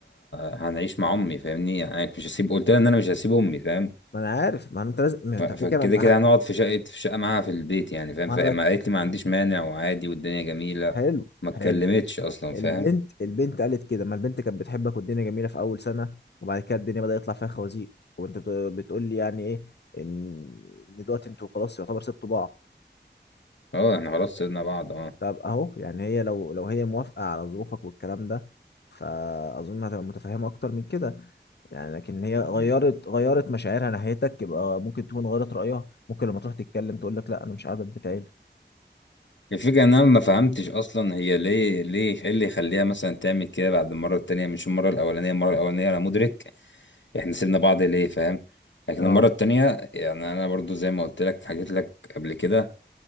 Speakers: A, on the left; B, on the left.
A: هنعيش مع امي فاهمني يعني أنا مش هسيب قلت لها ان انا مش هسيب امي فاهم
B: ما انا عارف ما انت لازم ما انت
A: ف- فكده
B: كده كده ما
A: كده هنقعد في شقه في شقه معاها في البيت يعني فاهم
B: ما
A: فما
B: انا بك...
A: قالت لي ما عنديش مانع وعادي والدنيا جميله
B: حلو
A: ما اتكلمتش
B: حلو
A: اصلا فاهم
B: البنت البنت قالت كده ما البنت كانت بتحبك والدنيا جميله في اول سنه وبعد كده الدنيا بدأ يطلع فيها خوازيق وانت بت- بتقول لي يعني ايه ان إن دلوقتي انتوا خلاص يعتبر سبتوا بعض
A: اه احنا خلاص سيبنا بعض اه
B: طب اهو يعني هي لو لو هي موافقه على ظروفك والكلام ده فاظن هتبقى متفهمه اكتر من كده يعني لكن هي
A: مم.
B: غيرت غيرت مشاعرها ناحيتك يبقى ممكن تكون غيرت رأيها ممكن لما تروح تتكلم تقول لك لا انا مش قاعده في بيت عيلة
A: الفكره ان انا ما فهمتش اصلا هي ليه ليه ايه اللي يخليها مثلا تعمل كده بعد المره التانيه مش المره الاولانيه المره الاولانيه انا مدرك احنا سيبنا بعض ليه فاهم لكن
B: اه
A: المرة التانية يعني انا برضو زي ما قلت لك حكيت لك قبل كده